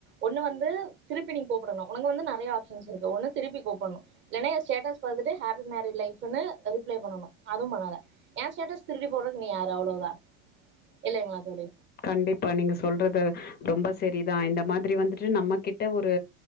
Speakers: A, on the right (about 30°); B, on the left (about 25°).
A: ஒண்ணு வந்து திருப்பி நீ கூப்பிடணு உனக்கு வந்து நறைய ஆப்ஷன்ஸ் இருக்கு ஒண்ணு திருப்பி கூப்புட்ணு இல்லனா ஏ ஸ்டேட்டஸ் பாத்துட்டு ஹாப்பி மேரேஜ் லைப்புன்னு ரிப்ளை பண்ணனு அதுவு பண்ணல ஏ ஸ்டேட்டஸ் திருடி போட்றதுக்கு நீ யாரு அவ்ளோதா இல்லிங்ளா தோழி
B: கண்டிப்பா நீங்க சொல்றது ரொம்ப சரிதா இந்த மாதிரி வந்துட்டு நம்ம கிட்ட ஒரு